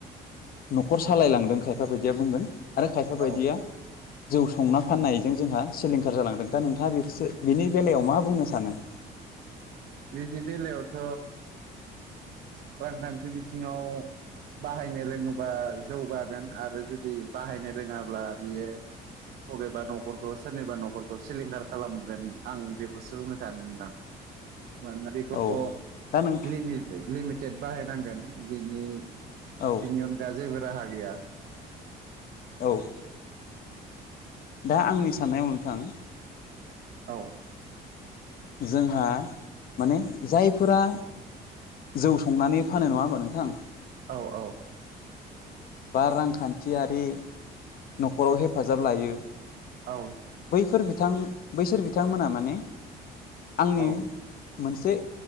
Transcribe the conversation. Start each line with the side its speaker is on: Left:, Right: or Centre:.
Left: नखर सालायलांदों खायफा बायदिया बुंगोन। आरो खायफा बायदिया
Right: औ
Left: जौ संना फाननायजों जोंहा सिलिंखार जालांदों। दा नोंथाङा बेसो बिनि बेलायाव मा बुंनो सानो?
Right: बिदि बेलायावथ' रांखान्थि बिथिङाव बाहायनो रोङोबा जौगागोन आरो जुदि बाहायनो रोङाब्ला बियो बबेबा नखरखौ सोरनिबा नखरखौ सिलिंखार खालामगोन आं बेखौसो बुंनो सानो नोंथां। मानोना बेखौ
Left: औ दा नों
Right: लिमिट लिमिटेड बाहायनांगोन बिनि
Left: औ
Right: बिनि अनगा जेबो राहा गैया।
Left: औ। दा आंनि साननायाव नोंथां
Right: औ।
Left: जोंहा माने जायफोरा जौ संनानै फानो। नङा होमबा नोंथां?
Right: औ औ।
Left: बा रांखान्थियारि नखराव हेफाजाब लायो।
Right: औ
Left: बैफोर बिथां बैसोर बिथांमोना माने आंनि
Right: औ
Left: मोनसे